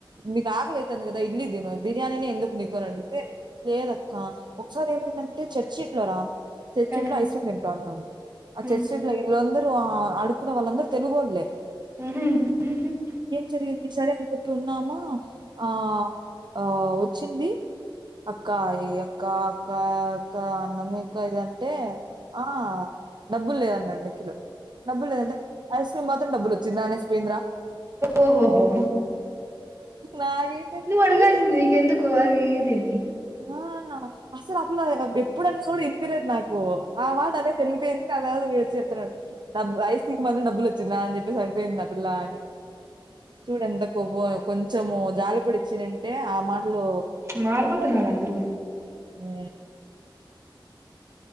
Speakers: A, on the right (about 60°); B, on the right (about 35°).
A: నీకు ఆకలైతుంది కదా ఇడ్లీ తిను అని బిర్యానీనే ఎందుకు నీకు అని అడిగితే లేదక్క ఒకసారి ఏమైందంటే చర్చీట్లోరా చర్చ్షీట్
B: ఆ,
A: లో ఐస్క్రీమ్ వింటన్నామ్ము ఆ
B: ఉమ్.
A: చర్చ్ీట్ లో ఇల్ అందర్ ఆ అడుక్కున్న వాళ్ళందరూ తెలుగోళ్లే
B: ఉమ్మ్
A: జరిగింది సరే అని ఉట్లు ఉన్నామా ఆ ఆ వచ్చింది అక్కయి అక్క అక్క అక్క అన్నం ఇంకా ఇది అంటే ఆ డబ్బులు లేదు అన్నాడు నిఖిలో డబ్బులు లేదంటే ఐస్ ఈ మాత్రం డబ్బులు వచ్చిందా అనేసి పోయిందిరా
B: ఓహోహో
A: నాకైతే
B: నువ్ అడగాల్సింది
A: ఇది
B: నీకు ఎందుకు అది తీదేని
A: ఆ నా అసలు అపులా ఎప్పుడు అనిది కూడా ఇనిపియలేదు నాకు ఓ ఆ మాట అనేసి వెళ్లిపోయింది దాని తర్వాత వీడు వచ్చి చెప్తున్నాడు నాకు రైసుథింగ్ బదులు డబ్బులు ఇచ్చిన అని చెప్పేసి సరిపోయింది ఆ పిల్లా అని చూడు ఎంత కు పో పో య కొంచెం జాలిపడి ఇచ్చేనంటే ఆ మాటలు
B: మారిపోతున్నారు అందరూ
A: ఉ